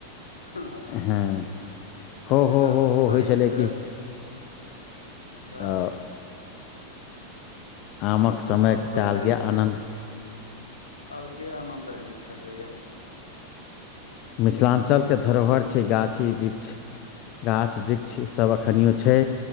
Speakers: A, on the left; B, on the left.
A: ह
B: हँ हो
A: एकरत्ति
B: हो हो हो
A: फड़िछ
B: होइ छलै
A: भेल
B: कि
A: बस
B: तऽ आमक समय
A: आ सब
B: के एकटा
A: पहिले
B: अलगे आनन्द
A: अलगे आनद रहै छलय या
B: मिथिलाञ्चलके धरोहर छै गाछी वृक्ष गाछ वृक्ष ईसभ एखनिओ छै